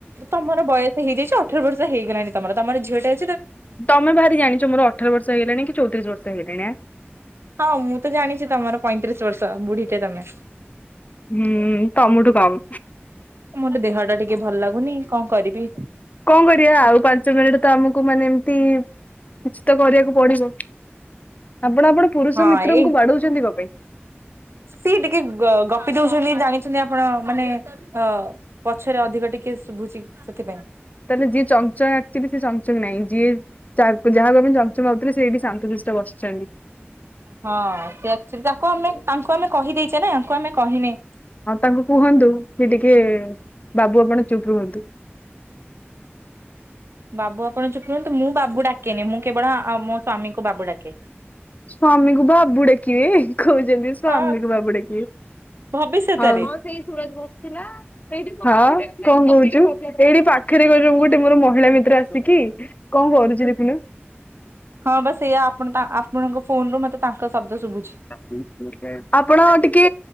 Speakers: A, on the right (about 70°); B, on the left (about 35°).
A: ତମର ବୟସ ହେଇଯାଇଛି ଅଠର ବର୍ଷ ହେଇଗଲାଣି ତମର ତମର ଝିଅ ଟେ
B: ତମେ ଭାରି ଜାଣିଛ ମୋର ଅଠର ବର୍ଷ ହେଇଗଲାଣି କି ଚଉତିରିଶ ବର୍ଷ ହେଇଗଲାଣି ଆଁ।
A: ହଁ ମୁଁ ତ ଜାଣିଛି ତମର ପଇଁତିରିଶ ବର୍ଷ ବୁଢୀଟେ ତମେ।
B: ହୁଁ। ତମଠୁ କମ୍।
A: ମୋର ତ ଦେହ ଟା ଟିକେ ଭଲ ଲାଗୁନି କଣ କରି ବି
B: କଣ କରିବା ଆଉ ପାଞ୍ଚ ମିନିଟ ତ ଆମକୁ ମାନେ ଏମତି କିଛି ତ କରିବାକୁ ପଡିବ ଆପଣ ଆପଣ ପୁରୁଷ
A: ହଁ
B: ମିତ୍ରଙ୍କୁ
A: ଏଇ
B: ବାଡଉଛନ୍ତି କଣ ପାଇଁ
A: ସିଏ ଟିକେ ଗପି ଦଉଛନ୍ତି ଜାଣି ଛନ୍ତି ଆପଣ ମାନେ ଅ ପଛରେ ଅଧିକ ଟିକେ ଶୁଭୁଛି ସେଥିପାଇଁ।
B: ତାହେଲେ ଯିଏ ଚଞ୍ଚଚଙ୍ଗା ଆକ୍ଚୁଆଲି ସିଏ ଚଞ୍ଚଚଙ୍ଗ ନାହିଁ ଯିଏ ଯାହାକୁ ଯାହା ଭାବେ ଚଞ୍ଚଚଙ୍ଗ ଭାବୁଥିଲେ ସେ ବି ଶାନ୍ତସିଷ୍ଟ ବସିଛନ୍ତି।
A: ହଁ ସେ ଅକ୍ଚୁଆଲି ତାଙ୍କୁ ଆମେ ତାଙ୍କୁ ଆମେ କହିଦେଇଛେ ୟାଙ୍କୁ ଆମେ କହିନେ।
B: ଆଉ ତାଙ୍କୁ କୁହନ୍ତୁ କି ଟିକେ ବାବୁ ଆପଣ ଚୁପ ରୁହନ୍ତୁ।
A: ବାବୁ ଆପଣ ଚୁପ୍ ରୁହନ୍ତୁ ମୁଁ ବାବୁ ଡାକେନି ମୁଁ କେବଳ ମୋ ସ୍ଵାମୀଙ୍କୁ ବାବୁ ଡାକେ।
B: ସ୍ଵାମୀକୁ ବାବୁ ଡାକିବେ କହୁଛନ୍ତି ସ୍ଵାମୀକୁ
A: ହଁ
B: ବାବୁ ଡାକିବେ
A: ଭବିଷ୍ୟତରେ
B: ହଉ <unintelligible> ହଁ। କଣ କହୁଛୁ? ଏଇଠି ପାଖରେ <unintelligible> ଗୋଟେ ମୋର ମହିଳା ମିତ୍ର ଆସିକି କଣ କରୁଛି ଦେଖୁନୁ
A: ହଁ ବାସ ଏଇଆ ଆପଣ ତ ଆପଣଙ୍କ ଫୋନ ରୁ ମତେ ତାଙ୍କ ଶବ୍ଦ ଶୁଭୁଛି
B: <unintelligible> ଆପଣ ଟିକେ